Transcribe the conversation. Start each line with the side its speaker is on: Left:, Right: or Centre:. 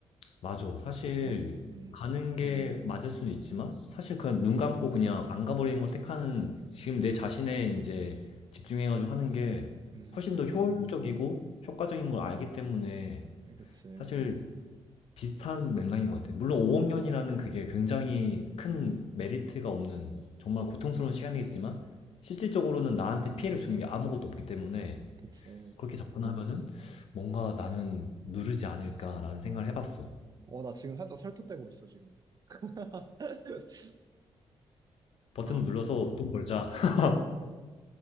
Left: 맞아.
Right: 네.
Left: 사실
Right: 비슷한, 음,
Left: 가는 게 맞을 수는 있지만 사실 그냥 눈 감고 그냥 안 가버리는 걸 택하는 지금 내 자신에 이제 집중해가지고 하는 게
Right: 음,
Left: 훨씬 더 효율적이고 효과적인 걸 알기 때문에
Right: 그치,
Left: 사실 비슷한 맥락인 것 같아. 물론 5억 년이라는 그게 굉장히 큰 메리트가 없는 정말 고통스러운 시간이겠지만 실질적으로는 나한테 피해를 주는 게 아무것도 없기 때문에
Right: 그치.
Left: 그렇게 접근하면은 뭔가 나는 누르지 않을까라는 생각을 해봤어.
Right: 어, 나 지금 살짝 설득되고 있어, 지금. <laughs>
Left: 버튼
Right: 아.
Left: 눌러서 돈 벌자. <laughs>